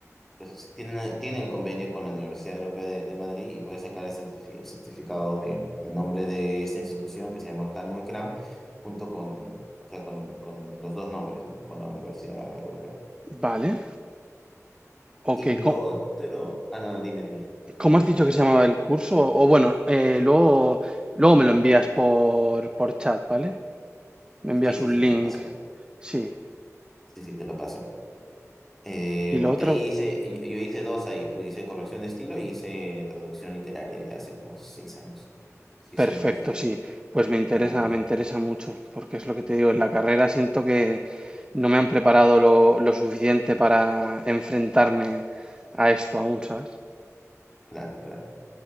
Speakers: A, in the centre; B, on the right.
A: es- tiene, tiene el convenio con la Universidad Europea de, de Madrid y puede sacar el, certifi- el certificado de el nombre de esta institución que se llama Calmo y Cram, junto con, o sea, con, con los dos nombres, ¿no? Con la Universidad Europea.
B: Vale. Ok,
A: Y lo
B: ¿cómo,
A: otro, ah, no, no, dime, dime.
B: ¿Cómo has dicho que se llamaba el curso? O bueno, eh, luego, luego me lo envías por, por chat, ¿vale? Me
A: Sí,
B: envías
A: sí,
B: un
A: sí, te
B: link.
A: lo paso.
B: Sí.
A: Sí, sí, te lo paso. Eh,
B: Y lo
A: porque
B: otro,
A: ahí hice, yo yo hice dos ahí, fui- hice corrección de estilo y hice traducción literaria ya hace como seis años. Sí, sí
B: perfecto,
A: me gusta.
B: sí. Pues me interesa,
A: Eh,
B: me interesa mucho, porque es lo que te digo, en la carrera siento que no me han preparado lo, lo suficiente para enfrentarme a esto aún, ¿sabes?
A: claro, claro.